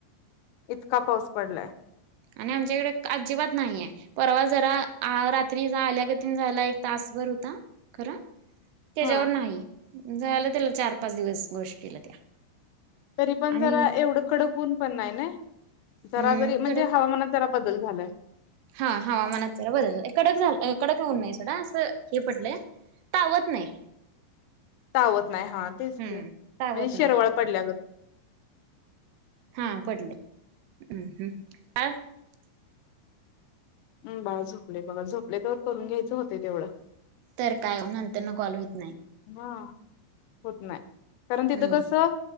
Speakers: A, on the left; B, on the right.
A: इतका पाऊस पडलाय.
B: आणि आमच्याकडे क अजिबात नाहीये, परवा जरा आ रात्री ज आल्यागत झाला एक तास भर होता खरं. त्याच्यावर
A: हा
B: नाही, झालं त्याला चार पाच दिवस गोष्टीला त्या.
A: तरी पण
B: आणि
A: जरा एवढं कडक ऊन पण नाय ना, जरा
B: हम्म
A: जरी म्हणजे
B: कडक
A: हवामानात जरा बदल झालाय
B: हा हवामानात जरा बदल, कडक झा कडक ऊन नाय सोडा असं हे पडलंय, तावत नाही.
A: तावत नाही हा तेच की,
B: हम्म
A: म्हणजे
B: तावत नाही
A: शिरवाळ पडल्यागत.
B: हा पडलंय, हम्म हम्म <unintelligible>
A: हम्म, बाळ झोपलंय बघा झोपलंय तवर करून घ्यायचं होतंय तेवढं.
B: तर काय ओ नंतरन कॉल हो
A: हा, होत नाय, कारण तिथं
B: हम्म
A: कसं